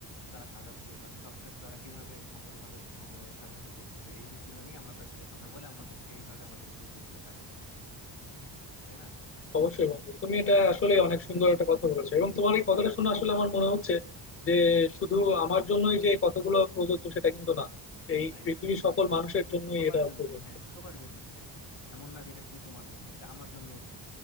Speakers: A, on the left; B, on the left.
A: তারা সাজাচ্ছে বা সব কাজ তারা কিভাবে সময়ভাবে সময়ের সাথে সাথে করতেছে এই জিনিসগুলো নিয়ে আমরা তাদের সাথে কথা বলে আমাদের সেইভাবে আমাদের নিজের জীবনটা সাজাতে পারি তাই না
B: অবশ্যই বন্ধু তুমি এটা আসলে অনেক সুন্দর একটা কথা বলেছো এবং তোমার এই কথাটা শুনে আসলে আমার মনে হচ্ছে যে শুধু
A: <laughs>
B: আমার জন্যই যে কথাগুলো প্রযোজ্য সেটা কিন্তু না এই
A: না এটা
B: পৃথিবীর সকল মানুষের জন্যই
A: সবার
B: এটা
A: জন্যই
B: প্রযোজ্য
A: হ্যাঁ সবার জন্যই হ্যাঁ এমন না যে এটা শুধু তোমার জন্য এটা আমার জন্যও ঠিক